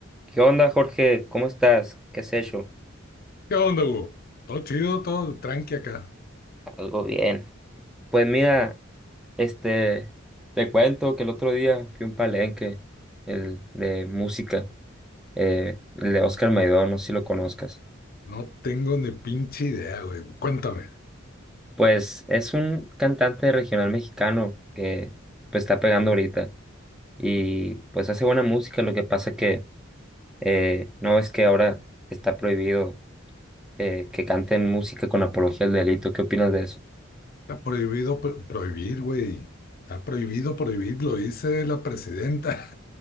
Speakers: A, in the centre; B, on the left.
A: ¿Qué onda, Jorge? ¿Cómo estás? ¿Qué has hecho?
B: ¿Qué onda, Hugo? Todo chido, todo tranqui acá.
A: Algo bien. Pues
B: O
A: mira,
B: sea,
A: este, te cuento que el otro día fui a un palenque, el de música, eh, el de Oscar Maidón, no sé si lo conozcas.
B: no tengo ni pinche idea, güey. Cuéntame.
A: Pues es un cantante regional mexicano que pues está pegando ahorita y pues hace buena música, lo que pasa que eh, no es que ahora está prohibido eh, que canten música con apología al delito. ¿Qué opinas de eso?
B: Está prohibido pro- prohibir, güey. Está prohibido prohibir, lo dice la presidenta.